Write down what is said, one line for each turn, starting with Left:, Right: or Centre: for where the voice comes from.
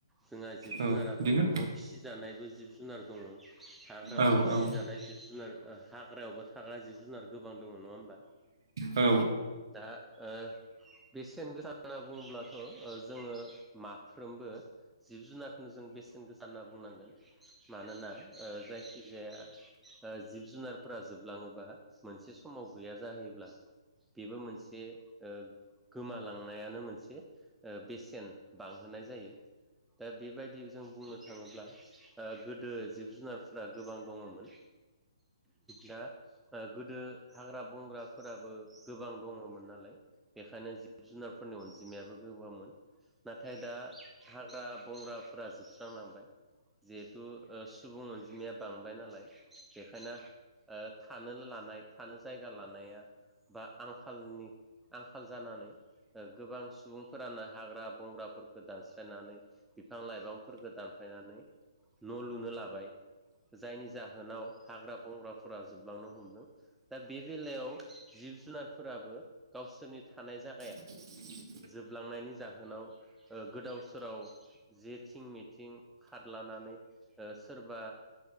Centre: जोंहा जिब
Right: औ
Centre: जुनारा
Right: बिदिनो
Centre: न'आव फिसिजानायबो जिब जुनार दङ हाग्राबो
Right: औ
Centre: फिसिजानाय
Right: औ
Centre: जिब जुनार हाग्रा यावबो थाग्रा जिब जुनार गोबां दङा होनोमबा
Right: ओ
Centre: दा ओ बेसेन गोसा होनना बुङोब्लाथ' ओ जोङो माफ्रोमबो जिब जुनारखौनो जों बेसेन गोसा होनना बुंनांगोन मानोना ओ जो जायखिजाया ओ जिब जुनारफोरा जोबलाङोबा मोनसे समाव गैया जाहैयोब्ला बेबो मोनसे ओ गोमालांनायानो मोनसे ओ बेसेन बांहोनाय जायो। दा बेबायदि जों बुंनो थाङोब्ला ओ गोदो जिब जुनारफोरा गोबां दङमोन। दा ओ गोदो हाग्रा बंग्राफोराबो गोबां दङमोन नालाय बेखायनो जि जुनारफोरनि अनजिमायाबो गोबांमोन नाथाय दा हाग्रा बंग्राफोरा जोबस्रांलांबाय जिहेथु ओ सुबुं अनजिमाया बांबाय नालाय बेखायनो ओ थानो लानाय थानो जायगा लानाया बा आंखालनि आंखाल जानानै ओ गोबां सुबुंफोरानो हाग्रा बंग्राफोरखौ दानस्लायनानै बिफां लाइफांफोरखौ दानफायनानै न' लुनो लाबाय जायनि जाहोनाव हाग्रा बंग्राफोरा जोबलांनो हमदों दा बे बेलायाव जिब जुनारफोराबो गावसोरनि थानाय जा
Right: <inaudible>
Centre: जोबलांनायनि जाहोनाव ओ गोदाव सोराव जेथिं मिथिं खारला ना सोरबा